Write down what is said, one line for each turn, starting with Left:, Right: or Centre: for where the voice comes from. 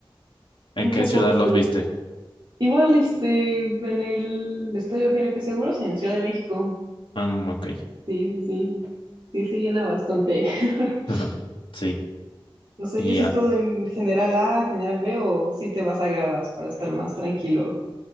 Right: un
Left: ¿En qué
Right: poco
Left: ciudad los
Right: triste.
Left: viste?
Right: Igual este en el Estadio GNP Seguros en Ciudad de México.
Left: Um, ok.
Right: Sí, sí, sí. Sí, se llena bastante. <laughs>
Left: <laughs> Sí.
Right: No sé,
Left: Y
Right: ¿y eso
Left: ah,
Right: es todo en general A, general B o si te vas a gradas para estar más tranquilo?